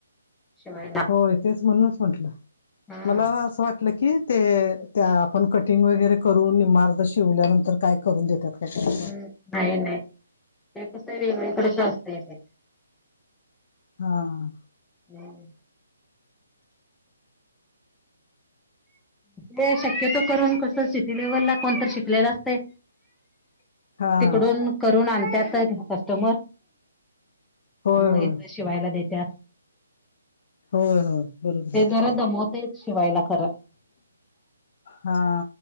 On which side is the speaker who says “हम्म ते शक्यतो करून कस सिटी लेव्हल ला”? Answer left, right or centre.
Centre